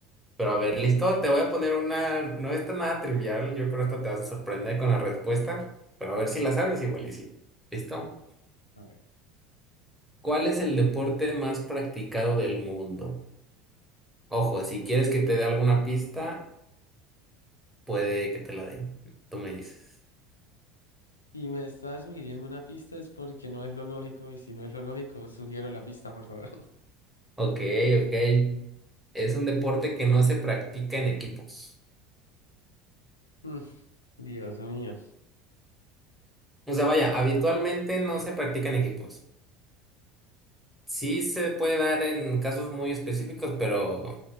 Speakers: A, in the centre; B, on the left.
A: Pero a ver, listo, te voy a poner una, no está nada trivial, yo creo que esta te vas a sorprender con la respuesta, pero a ver si la sabes igual y sí. ¿Listo?
B: A ver.
A: ¿Cuál es el deporte más practicado del mundo? Ojo, si quieres que te dé alguna pista, puede que te la den. Tú me dices.
B: Si me estás sugiriendo una pista es porque no es lo lógico y si no es lo lógico, sugiero la pista, por favor.
A: Ok, ok. Es un deporte que no se practica en equipos.
B: <laughs> Dios mío.
A: O sea,
B: Y-
A: vaya, habitualmente no se practica en equipos. Sí se puede dar en casos muy específicos, pero